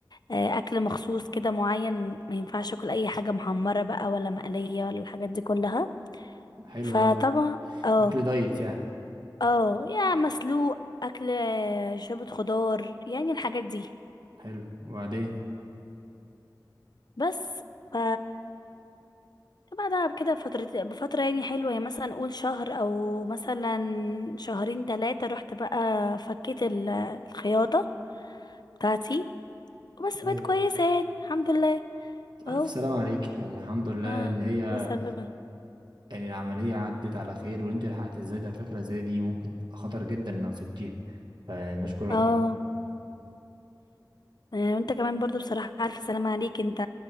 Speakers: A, on the left; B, on the right.
A: آه، اكل مخصوص كده معين ما ينفعش اكل اي حاجة محمرة بقى ولا مقلية ولا الحاجات دي كلها
B: حلو
A: فطبعا
B: قوي
A: اه
B: اكل دايت يعني
A: اه يا مسلوق اكل شوربة خضار يعني الحاجات دي
B: حلو وبعدين
A: بس ف بعدها كده بفترة بفترة يعني حلوة يعني مثلا قول شهر او مثلا شهرين تلاتة رحت بقى فكيت ال- الخياطة بتاعتي وبس
B: ايوه
A: بقت كويسة يعني الحمد لله
B: ألف
A: اهو
B: سلام عليك يعني الحمد لله
A: ما
B: إن هي
A: ما سلمة
B: يعني العملية عدت على خير وأنت لحقت إزاي ده فكرة زي دي ممكن تبقى خطر جدا لو سبتيها فنشكر ربنا
A: اه آه، وانت كمان برضو بصراحة ألف سلامة عليك انت